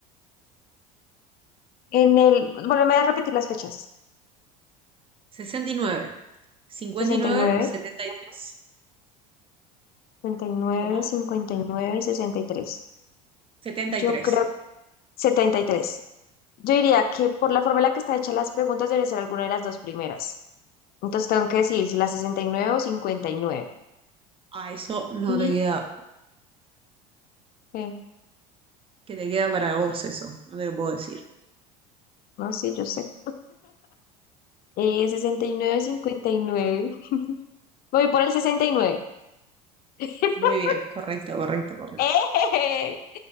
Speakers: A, on the left; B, on the right.
A: En el, volveme a repetir las fechas.
B: sesenta y y y nueve nueve cincuenta
A: Sesenta
B: y nueve
A: y nueve,
B: setenta y tres
A: 59
B: ¿Cómo?
A: y nueve, nueve cincuenta y y y sesenta y tres.
B: setenta
A: Yo
B: y tres
A: creo 73. Yo diría que por la forma en la que está hecha las preguntas debe ser alguna de las dos primeras. Entonces tengo que decir si la sesenta y nueve o cincuenta Y, nueve.
B: Ah, eso no
A: Y,
B: te queda,
A: eh,
B: que te queda para vos eso, no te lo puedo decir.
A: no sé, yo sé. Eh, sesenta y nueve. cincuenta y nueve. Voy por el 69. <laughs>
B: Muy bien, correcto, correcto, correcto.
A: ¡Eh!